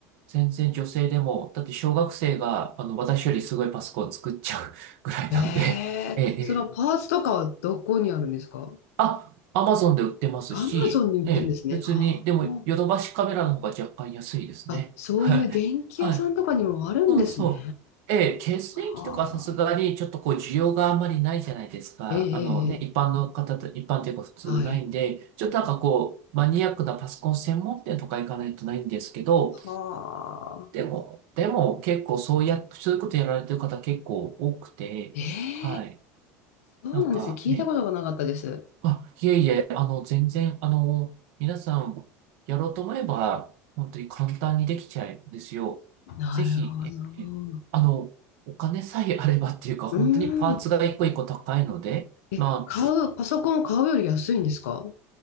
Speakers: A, on the right (about 75°); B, on the left (about 85°).
A: 全然女性でも、だって小学生が、あの、私よりすごいパソコンを作っちゃう <laughs> ぐらいなんで、
B: ー、えー、
A: ええ、ええ
B: そのパーツとかはどこにあるんですか
A: あ、アマゾンで売ってますし、
B: アマゾンに売ってるんですね。
A: ええ、別に、
B: あー
A: でも、ヨドバシカメラの方が若干安いですね。
B: あ、そういう電気屋さんとかにもあるんですね。
A: はい。はい。そうそう。ええ、血電気とかさすがにちょっとこう需要があんまりないじゃないですか。
B: はあ、ええええええ
A: あのね、一般の方と、一般というか普通ないんで、
B: はい。
A: ちょっとなんかこう、マニアックなパソコン専門店とか行かないとないんですけど、
B: はあ、
A: でも、でも結構そうや、そういうことやられてる方結構多くて、
B: ええ
A: はい。
B: そうなんですね。
A: なんかね、
B: 聞いたことがなかったです。
A: あ、いえいえ、あの、全然、あの、皆さん、やろうと思えば、本当に簡単にできちゃうんですよ。
B: なるほど。
A: ぜひ、ええあの、お金さえあればっていうか、本当にパーツが一個一個高いので、
B: うーん。え、
A: ま
B: 買う、パソコン買うより安いんですか